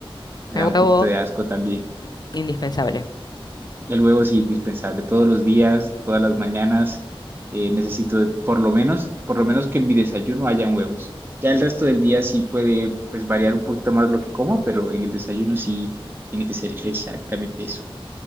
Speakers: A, on the right; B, on the left.
A: me
B: El
A: da
B: huevo,
A: un poquito de asco también.
B: indispensable.
A: El huevo sí, indispensable, todos los días, todas las mañanas, eh, necesito de- por lo menos, por lo menos que en mi desayuno hayan huevos. Ya el resto del día sí puede pues variar un poquito más lo que como, pero en el desayuno sí tiene que ser exactamente eso.